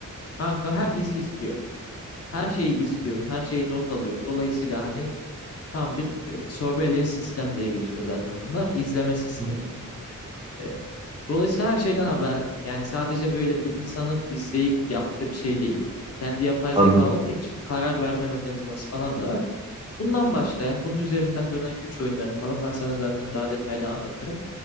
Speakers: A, on the left; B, on the right.
A: Kanka herkesi izliyor. Her şeyi izliyor. Her şeyi not alıyor. Dolayısıyla hani tam bir e, surveillance sistem diye geçiyor zaten bunlar. İzleme sistemi.
B: Hı hı.
A: E, dolayısıyla her şeyden haberdar. Yani sadece böyle bir insanın izleyip yaptığı bir şey değil. Kendi yapay zeka
B: Anladım.
A: olduğu için karar verme mekanizması falan da var. Bundan başlayan, bunun üzerinden dönen güç oyunları falan ben sana zaten daha detaylı anlatırım.